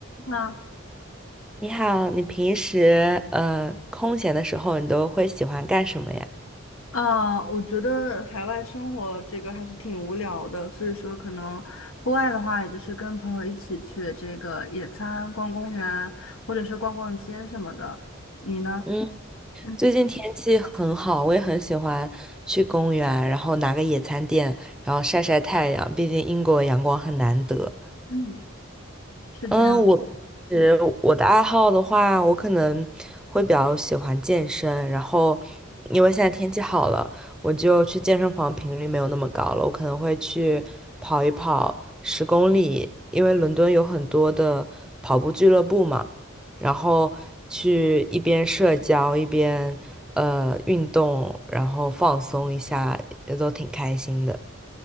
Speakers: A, on the left; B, in the centre.
A: 那
B: 你好，你平时呃空闲的时候，你都会喜欢干什么呀？
A: 啊，我觉得海外生活这个还是挺无聊的，所以说可能户外的话，也就是跟朋友一起去这个野餐、逛公园，或者是逛逛街什么的。你呢？
B: 嗯，
A: 嗯
B: 最近天气很好，我也很喜欢去公园，然后拿个野餐垫，然后晒晒太阳。毕竟英国阳光很难得。
A: 嗯，是这样子。
B: 嗯，我呃我的爱好的话，
A: 嗯，
B: 我可能会比较喜欢健身，然后因为现在天气好了，我就去健身房频率没有那么高了，我可能会去跑一跑十公里，因为伦敦有很多的跑步俱乐部嘛，然后去一边社交一边呃运动，然后放松一下，也都挺开心的。<laughs>